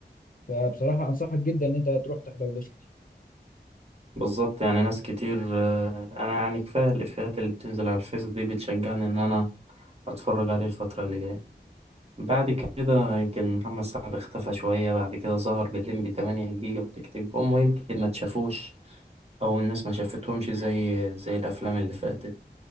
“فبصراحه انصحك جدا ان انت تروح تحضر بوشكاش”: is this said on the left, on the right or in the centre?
Left